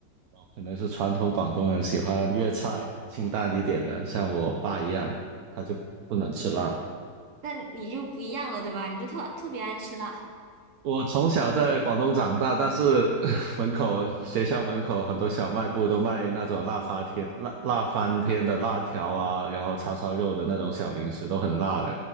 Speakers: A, on the right (about 65°); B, on the right (about 45°).
A: 哦，可能是传统广东人喜欢粤菜，清淡一点的，像我爸一样，他就不能吃辣。
B: 那你就不一样了，对吧？你就特特别爱吃辣。
A: 我从小在广东长大，但是 <laughs> 门口学校门口很多小卖部都卖那种辣翻天、辣辣翻天的辣条啊，然后叉烧肉的那种小零食都很辣的，